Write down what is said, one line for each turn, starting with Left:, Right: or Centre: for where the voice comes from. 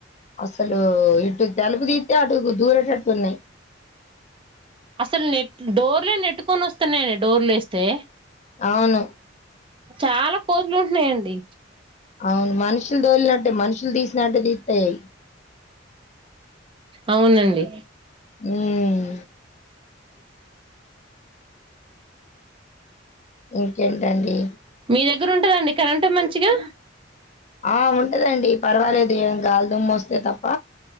Left: అసలు ఇటు తలుపు దితే అటు దూరేటట్టు ఉన్నాయి
Right: అసలు నెట్ డోర్లే నెట్టుకొని వస్తున్నాయండి డోర్లు వేస్తే
Left: అవును
Right: చాలా కోతులుంటున్నాయండి
Left: అవును మనుషులు తోలినట్టే మనుషులు తీసినట్టే తీస్తాయయి అయి
Right: అవునండి
Left: ఉమ్ ఇంకేంటండి
Right: మీ దగ్గర ఉంటందండి కరెంటూ మంచిగా
Left: ఆ ఉంటదండి పర్వాలేదు గాలిదుుమ్మ వస్తే తప్ప